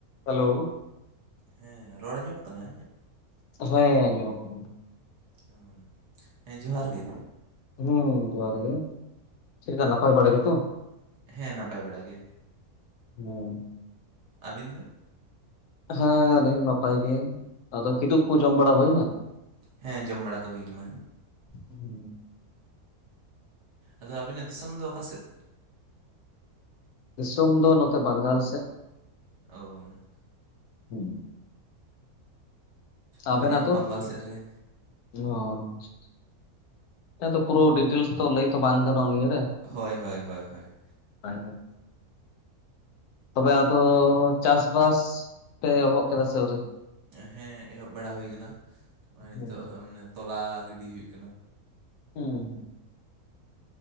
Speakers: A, on the left; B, on the right.
A: Hello
B: ᱦᱮᱸ ᱨᱚᱲ ᱟᱸᱡᱚᱢᱚᱜ ᱠᱟᱱᱟ ᱤᱧᱟᱹᱜ
A: ᱦᱚᱭ ᱟᱱᱡᱚᱢ ᱚᱜ ᱠᱟᱱᱟ᱾
B: ᱚᱢ ᱦᱮᱸ ᱡᱚᱦᱟᱨ ᱜᱮ
A: ᱦᱩᱸ ᱡᱚᱦᱟᱨ ᱜᱮ ᱪᱮᱫ ᱞᱮᱠᱟ ᱱᱟᱯᱟᱭ ᱵᱟᱲᱟ ᱜᱮ ᱛᱚ
B: ᱦᱮᱸ ᱱᱟᱯᱟᱭ ᱵᱟᱲᱟ ᱜᱮ
A: ᱦᱩᱸ
B: ᱟᱵᱤᱱ ᱫᱚ
A: ᱦᱮᱸ ᱟᱞᱤᱧ ᱱᱟᱯᱟᱭ ᱜᱮ ᱟᱫᱚ ᱠᱤᱫᱩᱵ ᱠᱚ ᱡᱚᱢ ᱵᱟᱲᱟ ᱦᱩᱭ ᱱᱟ
B: ᱦᱮᱸ ᱡᱚᱢ ᱵᱟᱲᱟ ᱠᱚ ᱦᱩᱭ ᱠᱟᱱᱟ᱾
A: ᱦᱩᱸ,
B: ᱟᱫᱚ ᱟᱹᱵᱤᱱ ᱟᱜ ᱫᱤᱥᱚᱢ ᱫᱚ ᱚᱠᱟ ᱥᱮᱫ
A: ᱫᱤᱥᱚᱢ ᱫᱚ ᱱᱚᱛᱮ ᱵᱟᱝᱜᱟᱞ ᱥᱮᱫ
B: ᱚᱢ
A: ᱦᱩᱸ ᱟᱵᱮᱱᱟᱜ
B: ᱟᱹᱞᱤᱧᱟᱜ ᱦᱚᱸ
A: ᱫᱚ
B: ᱵᱟᱝᱜᱟᱞ ᱥᱮᱫ ᱨᱮᱜᱮ
A: <unintelligible> ᱦᱮᱸ ᱟᱫᱚ ᱯᱩᱨᱟᱹ ᱰᱤᱴᱮᱞᱮᱥ ᱛᱚ ᱞᱟᱹᱭ ᱛᱚ ᱵᱟᱝ ᱜᱟᱱᱚᱜᱟ ᱱᱤᱭᱟᱹ ᱨᱮ
B: ᱦᱳᱭ ᱦᱳᱭ ᱦᱳᱭ ᱦᱳᱭ
A: ᱦᱳᱭ ᱦᱳᱭ ᱛᱚᱵᱮ ᱟᱫᱚ ᱪᱟᱥ ᱵᱟᱥ ᱯᱮ ᱮᱦᱚᱵ ᱠᱮᱫᱟ ᱥᱮ ᱟᱹᱣᱨᱤ
B: ᱦᱮᱸ ᱮᱦᱚᱵ ᱵᱟᱲᱟ ᱦᱩᱭ ᱠᱟᱱᱟ ᱱᱚᱜᱼᱚᱭ
A: ᱦᱩᱸ
B: ᱱᱤᱛᱚᱜ ᱢᱟᱱᱮ ᱛᱚᱞᱟ ᱜᱤᱰᱤ ᱦᱩᱭᱩᱜ ᱠᱟᱱᱟ᱾
A: ᱦᱩᱸ